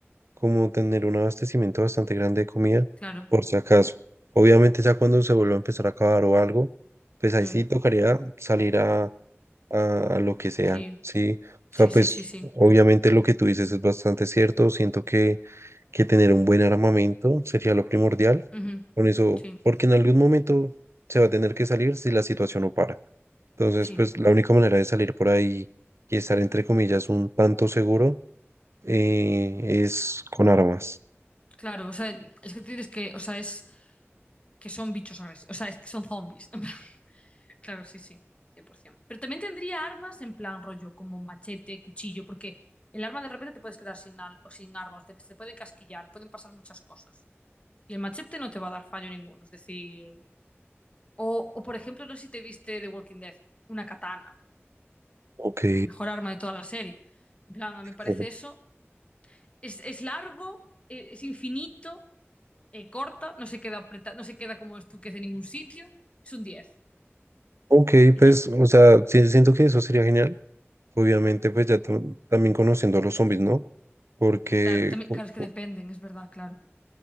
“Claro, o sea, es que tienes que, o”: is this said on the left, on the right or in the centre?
Left